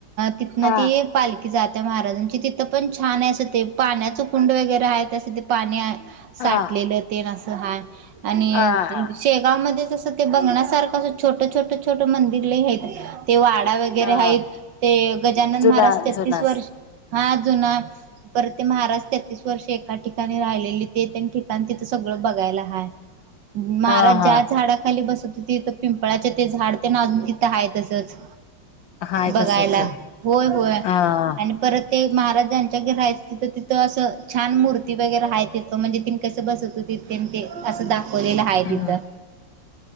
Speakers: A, on the right; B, on the left.
A: तिथन
B: हा
A: पाल की जात्या महाराजांची तिथं पण छान आहे असं ते पाण्याचं कुंड वगैरे आहे त्यासाठी पाणी आहे
B: हा
A: साठलेलं तें हाय आणि
B: हा
A: शेगावमध्ये तस ते बंगण्यासारखं अस छोट छोट छोट मंदिर ल आहेत ते वाडा वगैरे
B: हा
A: आहेत ते गजानन
B: जुना
A: महाराज छत्तीस
B: जुना
A: वर्ष हा जु पर ते महाराष्ट्र तेतीस वर्ष एका ठिकाणी राहिलेली ते ठिकाण तिथं सगळं बघायला हा महाराज
B: हा
A: ज्या
B: हा
A: झाडाखाली बसत होती तर पिंपळाचे ते झाड ते ना अजून तिथं आहेय तसंच
B: हाय
A: बघायला
B: तसच
A: होय होय
B: हा
A: आणि परत ते महाराजांच्या घर आहे तिंथ असं छान मूर्ती वगैरे आहे तिथ म्हणजे तिन कसं बसवतो तिथे ते असंा लेलं आहे
B: हम्म
A: तिथं